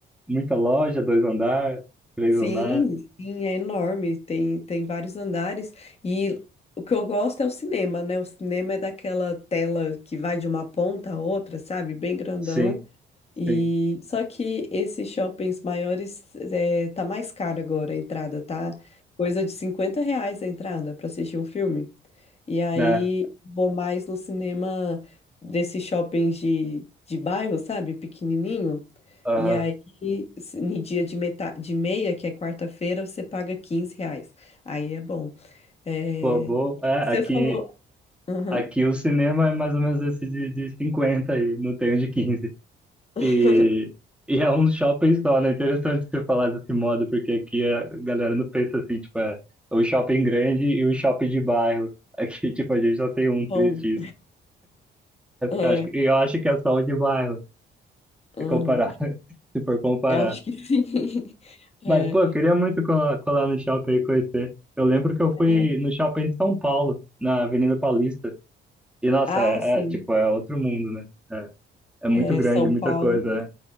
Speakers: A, in the centre; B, on the left.
A: Muita loja, dois andar, três
B: Sim,
A: andar.
B: sim, é enorme, tem, tem vários andares e o que eu gosto é o cinema, né? O cinema é daquela tela que vai de uma ponta a outra, sabe? Bem grandão.
A: Sim,
B: E
A: sim,
B: só que esses shoppings maiores é, tá mais caro agora a entrada, tá? Coisa de 50 reais a entrada para assistir um filme. E aí
A: né?
B: vou mais no cinema desses shoppings de, de bairro, sabe? Pequenininho.
A: Aham.
B: E aí, se- no dia de, meta, de meia, que é quarta-feira, você paga 15 reais. Aí é bom. É,
A: Pô, boa. É,
B: Você
A: aqui,
B: falou. Aham.
A: aqui o cinema é mais ou menos esse de, de 50 aí, não tem um de quinze
B: <laughs>
A: E, e é um shopping só, né? Interessante você falar desse modo, porque aqui a galera não pensa assim, tipo, é o shopping grande e o shopping de bairro. Aqui, <laughs> tipo, a gente só tem um 3x.
B: Bom, é,
A: Eu acho, que- eu acho que é só o de bairro, se
B: aham.
A: comparar, <laughs> se for comparar.
B: Eu acho que sim. <laughs> É,
A: Mas, pô, eu queria muito colar, colar no shopping e conhecer. Eu lembro que eu fui
B: é.
A: no shopping de São Paulo, na Avenida Paulista. E, nossa,
B: Ah,
A: é,
B: sim.
A: é, tipo, é outro mundo, né? É, é muito
B: É,
A: grande,
B: São
A: muita
B: Paulo.
A: coisa.